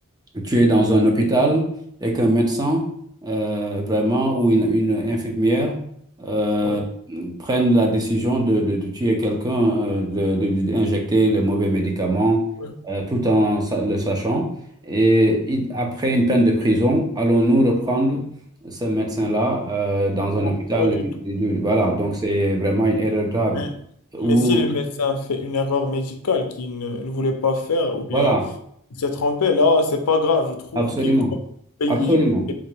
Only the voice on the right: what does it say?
tu es dans un hôpital et qu'un médecin, euh, vraiment, ou une, une infirmière, euh,
prennent la décision de, de- de tuer quelqu'un, euh, de, de lui injecter les mauvais médicaments,
euh, tout en sa- le sachant. Et il- après une peine de prison, allons-nous reprendre ce médecin-là, euh, dans
un hôpital?
de- de- voilà, donc c'est vraiment une erreur grave.
Ou,
voilà,
absolument,
absolument.